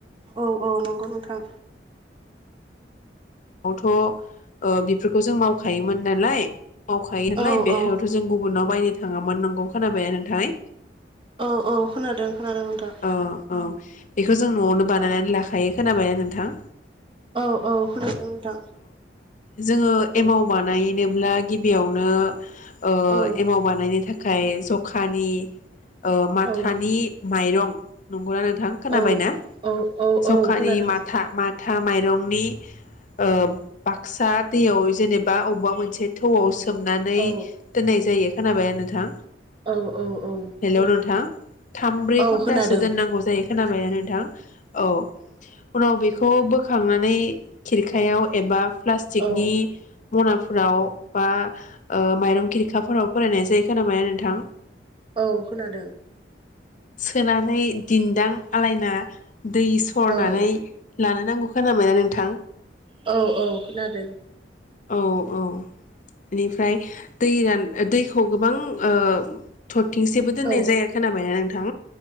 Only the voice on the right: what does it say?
औ औ नंगौ नोंथां।
औ
औ
औ औ खोनादों खोनादों नोंथां
औ औ होनदों नोंथां।
औ
औ
औ
औ
औ औ
औ खोनादों
औ
औ औ औ
खोनादों
औ
खोनादों
औ
औ खोनादों।
औ औ
औ औ खोनादों
औ